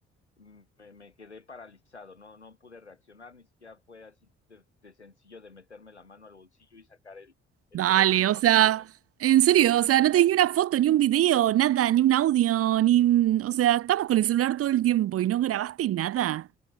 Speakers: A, on the left; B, on the right.
A: me, me quedé paralizado, no, no pude reaccionar, ni siquiera fue así de, de sencillo de meterme la mano al bolsillo y sacar el, el
B: Dale,
A: teléfono,
B: o
A: no
B: sea,
A: pude,
B: en serio, o sea, no tenés ni una foto, ni un video, nada, ni un audio, ni... un- O sea, estamos con el celular todo el tiempo y no grabaste nada.